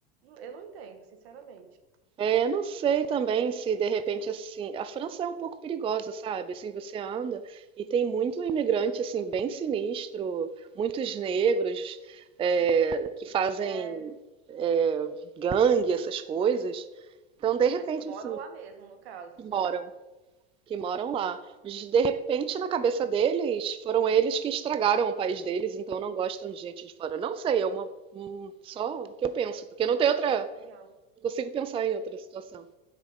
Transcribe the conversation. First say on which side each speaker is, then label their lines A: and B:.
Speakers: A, on the right; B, on the right.
A: Eu não entendo, sinceramente.
B: É, não sei também se de repente assim, a França é um pouco perigosa, sabe? Assim, você anda e tem muito imigrante assim bem sinistro, muitos negros é, que fazem
A: É,
B: é, gangue, essas coisas. Então, de repente
A: Mas que moram
B: assim,
A: lá mesmo, no caso,
B: que
A: são
B: moram, que moram lá.
A: uma
B: Mas de repente na cabeça deles foram eles que estragaram o país deles, então não gostam de gente de fora. Não sei, é uma um- só o que eu penso, porque não tem outra,
A: uma opinião.
B: não consigo pensar em outra situação.